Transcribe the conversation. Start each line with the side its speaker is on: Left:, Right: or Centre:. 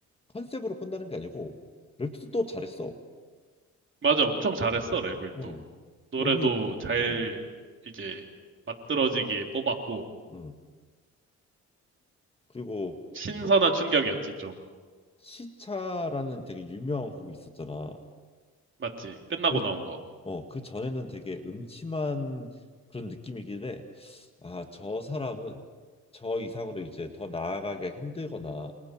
Left: 컨셉으로 끝나는 게 아니고 랩도 또 잘했어.
Right: 맞아 엄청 잘했어 랩을
Left: 응.
Right: 또 노래도
Left: 랩이
Right: 잘
Left: 응.
Right: 이제 맞들어지게 뽑았고
Left: 응. 그리고
Right: 신선한
Left: 또
Right: 충격이었지 좀
Left: 시차라는 되게 유명한 곡이 있었잖아.
Right: 맞지 끝나고
Left: 그
Right: 나온 거
Left: 어, 그 전에는 되게 음침한 그런 느낌이길래 아, 저 사람은 저 이상으로 이제 더 나아가기가 힘들거나